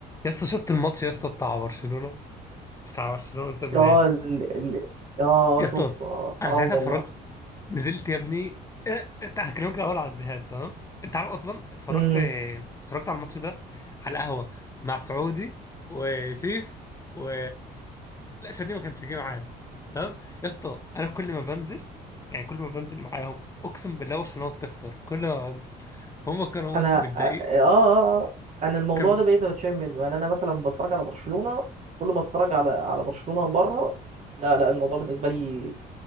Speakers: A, on the left; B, on the right.
A: يا اسطى شفت الماتش يا اسطى بتاع برشلونه بتاع برشلونه انتر ميلان
B: اه ال... ال... اه
A: يا
B: شوف
A: اسطى بص
B: آه حرام
A: انا ساعتها
B: والله
A: اتفرجت نزلت يا ابني اه، انت هكلمك الاول على الذهاب تمام انت عارف اصلا اتفرجت
B: امم
A: اه، اتفرجت على الماتش ده على القهوه مع سعودي وسيف و لا شادي ما كانش جه معانا تمام يا اسطى انا كل ما بنزل يعني كل ما بنزل معاهم اقسم بالله برشلونه بتخسر كل ما بنزل هم كانوا
B: انا
A: متضايقين
B: اه, آه آه. انا الموضوع
A: كانوا
B: ده بقيت بتشيم منه يعني انا مثلا بتفرج على برشلونة كل ما اتفرج على على برشلونة بره لا لا الموضوع بالنسبة لي